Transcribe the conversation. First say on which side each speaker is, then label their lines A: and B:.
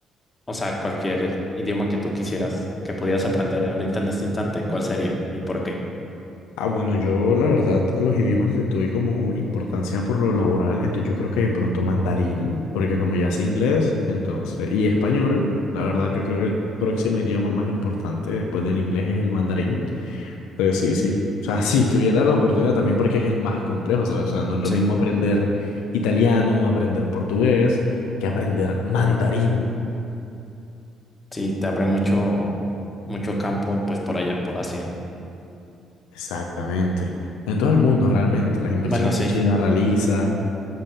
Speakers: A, on the left; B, on the left.
A: O sea, cualquier idioma que tú quisieras, que pudieras aprender ahorita en este instante, ¿cuál sería y por qué?
B: Ah, bueno, yo la verdad a los idiomas les doy como importancia por lo laboral, entonces yo creo que de pronto mandarín, porque como ya es inglés, entonces, y español, la verdad yo creo que el próximo idioma más importante después del inglés es el mandarín. Entonces, sí, sí. O sea, si tuviera la oportunidad también porque es el más complejo, ¿sabes? O sea, no es lo
A: Sí,
B: mismo aprender italiano, aprender portugués, que aprender mandarín.
A: sí, te abre mucho, mucho campo, pues por allá, por Asia.
B: Exactamente. En todo el mundo, realmente, las inversiones
A: Bueno, sí,
B: que China realiza.